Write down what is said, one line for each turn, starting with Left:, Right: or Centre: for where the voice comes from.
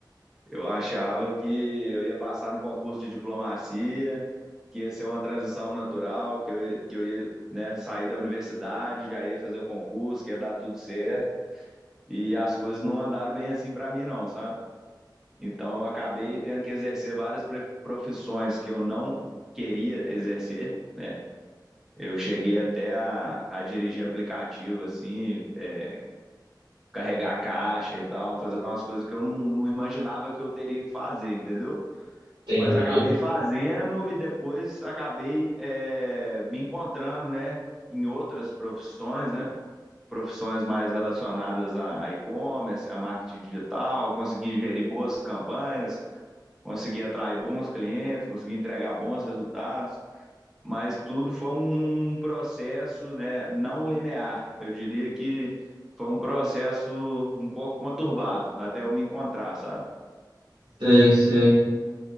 Centre: Eu achava que eu ia passar no concurso de diplomacia, que ia ser uma transição natural, que eu ia, que eu ia, né, sair da universidade, já ia fazer o concurso, que ia dar tudo certo. E as coisas não andaram bem assim para mim, não, sabe? Então, eu acabei tendo que exercer várias pre- profissões que eu não queria exercer né? Eu cheguei até a, a dirigir aplicativo, assim, é, carregar a caixa e tal, fazer umas coisas que eu não, não imaginava que eu teria que fazer, entendeu?
Right: Entendi.
Centre: Mas acabei fazendo e depois acabei é, me encontrando, né, em outras profissões, né? Profissões mais relacionadas a e-commerce, a marketing digital, consegui gerir boas campanhas, consegui atrair bons clientes, consegui entregar bons resultados mas tudo foi um processo, né, não linear. Eu diria que foi um processo um pouco conturbado até eu me encontrar, sabe?
Right: Sei, sei.